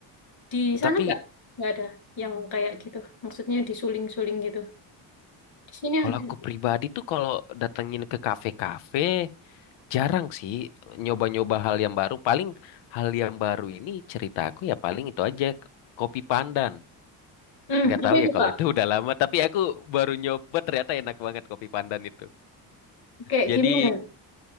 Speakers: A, on the left (about 55°); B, on the left (about 80°).
A: di
B: Tapi
A: sana nggak nggak ada yang kayak gitu. Maksudnya disuling-suling gitu. Di sini
B: kalau
A: ada.
B: aku pribadi tuh kalau datengin ke kafe-kafe, jarang sih nyoba-nyoba hal yang baru. Paling hal yang baru ini cerita aku ya paling itu aja, k- kopi pandan.
A: Hmm,
B: Nggak
A: apa
B: tahu
A: itu
B: ya kalau
A: Kak?
B: itu <laughs> udah lama, tapi aku baru nyoba ternyata enak banget kopi pandan itu.
A: Kayak
B: Jadi
A: gimana?